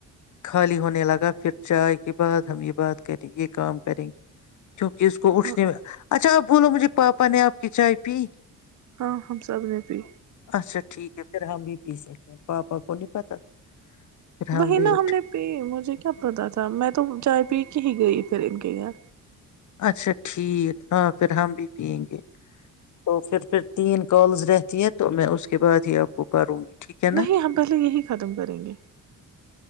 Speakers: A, on the left; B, on the right.
A: خالی ہونے لگا پھر چائے کے بعد ہم یہ بات کریں یہ کام کریں گے کیونکہ اس کو
B: ہاں
A: اٹھنے میں اچھا بولو مجھے پاپا نے آپ کی چائے پی
B: ہاں ہم سب نے بھی
A: اچھا ٹھیک پھر ہم بھی پی سکتے ہیں پاپا کو نہیں پتا پھر
B: وہی
A: بھی
B: نا
A: اٹھے
B: ہم نے پی مجھے کیا پتا تھا میں تو چائے پی کہیں گئی پھر ان کے گھر
A: اچھا ٹھیک ہاں پھر ہم بھی پئیں گے تو پھر پھر تین کالز رہتی ہیں تو میں اس کے بعد ہی اپ کو کروں گی ٹھیک ہے نا
B: نہیں ہم پہلے یہی ختم کریں گے